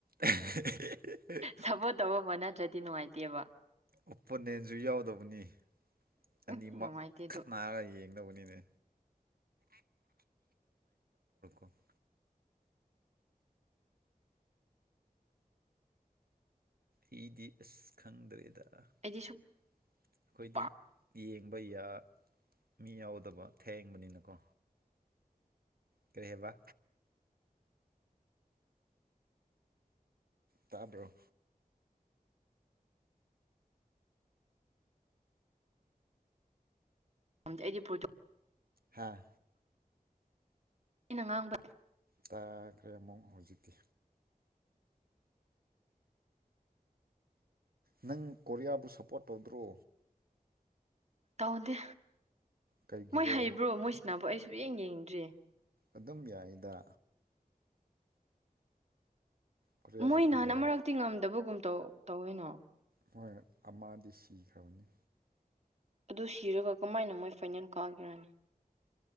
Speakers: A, on the right; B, on the right.
A: ꯍꯦꯍꯦꯍꯦꯍꯦ
B: ꯁꯞꯄꯣꯔꯠ ꯇꯧꯕ ꯑꯃ ꯅꯠꯇ꯭ꯔꯗꯤ ꯅꯨꯡꯉꯥꯏꯇꯦꯕ
A: ꯑꯣꯄꯣꯅꯦꯟꯖꯨ ꯌꯥꯎꯗꯧꯕꯅꯤ ꯑꯅꯤꯃꯛ
B: ꯎꯝ ꯅꯨꯡꯉꯥꯏꯇꯦ ꯑꯗꯨ
A: ꯈꯠ ꯅꯥꯔꯒ ꯌꯦꯡꯅꯕꯅꯤꯅ <unintelligible> ꯑꯩꯗꯤ ꯑꯁ ꯈꯪꯗ꯭ꯔꯦꯗ ꯑꯩꯈꯣꯏꯗꯤ
B: ꯑꯩꯗꯤ ꯁꯨꯡꯄꯥꯝ
A: ꯌꯦꯡꯕ ꯌꯥ ꯃꯤ ꯌꯥꯎꯗꯕ ꯍꯦꯡꯕꯅꯤꯅꯀꯣ ꯀ꯭ꯔꯤ ꯍꯥꯏꯕ ꯇꯥꯕꯔ꯭ꯣ
B: ꯗꯤ ꯑꯩꯗꯤ ꯄꯣꯠ
A: ꯍꯥꯥ
B: ꯑꯩꯅ ꯉꯥꯡꯕ
A: ꯇꯥꯈ꯭ꯔꯦ ꯑꯃꯨꯛ ꯍꯧꯖꯤꯛꯇꯤ ꯅꯪ ꯀꯣꯔꯤꯌꯥꯕꯨ ꯁꯞꯄ꯭ꯔꯣꯠ ꯇꯧꯗ꯭ꯔꯣ
B: ꯇꯧꯗꯦ
A: ꯀꯩꯒꯤꯔꯣ
B: ꯃꯣꯏ ꯍꯩꯕ꯭ꯔꯣ ꯃꯣꯏꯁꯥꯅꯕ ꯑꯩ ꯁꯨꯌꯦꯡ ꯌꯦꯡꯗ꯭ꯔꯦ
A: ꯑꯗꯨꯝ ꯌꯥꯏꯗ ꯀꯣꯔꯤꯌꯥꯁꯨ
B: ꯃꯣꯏ
A: ꯐꯖꯩ
B: ꯅꯍꯥꯟ ꯑꯃꯔꯛꯇꯤ ꯉꯝꯗꯕꯒꯨꯝ ꯇꯧ ꯇꯧꯋꯦꯅ
A: ꯃꯣꯏ ꯑꯃꯗꯤ ꯁꯤꯈ꯭ꯔꯕꯅꯤ
B: ꯑꯗꯨ ꯁꯤꯔꯒ ꯀꯃꯥꯏꯅ ꯃꯣꯏ ꯐꯥꯏꯅꯦꯜ ꯀꯥꯒꯦꯔꯅꯦ